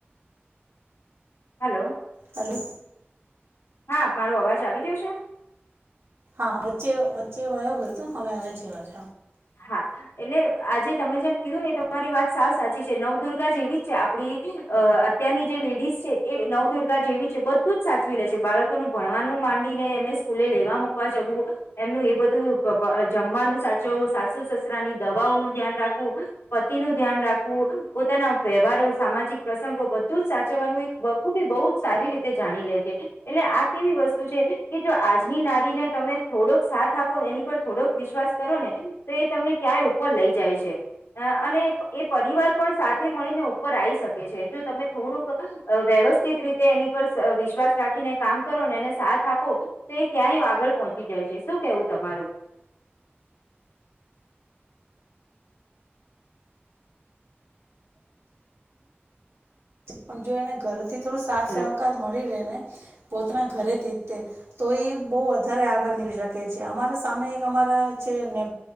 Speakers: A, on the left; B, on the right.
A: હલો.
B: હલો.
A: હા, મારો અવાજ આવી રહ્યો છે?
B: હા, વચ્ચે વચ્ચે વયો ગયો હતો. હવે આવે છે અવાજ.
A: હા, એટલે આજે તમે જેમ કીધું ને, એ તમારી વાત સાચી છે. નવદુર્ગા જેવી છે. આપડી અત્યારની જે લેડીઝ છે, એ નવદુર્ગા જેવી છે. બધું જ સાચવી લે છે, બાળક બાળકોનું ભણવાનું માંડીને, એમને સ્કૂલે લેવા-મૂકવા જવું. એમનું એ બધું જમવાનું સાચવવું, સાસુ-સસરાની દવાઓનું ધ્યાન રાખવું. પતિનું ધ્યાન રાખવું, પોતાના વ્યવહારો, સામાજિક પ્રસંગો, બધું જ સાચવવાનું. બખુબી બઉુ જ સારી રીતે જાણી લે છે. એટલે, આ કેવી વસ્તુ છે કે, જો આજની નારીને તમે થોડોક સાથ આપો, એની પર થોડોક વિશ્વાસ કરો ને, તો એ તમને ક્યાંય ઉપર લઈ જાય છે. અને એ પરિવાર પણ સાથે મળીને ઉપર આવી શકે છે, જો તમે થોડુંક વ્યવસ્થિત રીતે, એની પર વિશ્વાસ રાખીને કામ કરો ને, એને સાથ આપો. તો ક્યાંય આગળ પહોંચી જાય છે. શું કેવું તમારું?
B: પણ, જો એને ઘરેથી થોડો સાથ
A: હલો
B: સહકાર મળી રહેે ને, પોતાના ઘરેથી તે તો એ બહુ વધારે આગળ નીકળી શકે છે. અમારા સામે એક અમારા છે ને.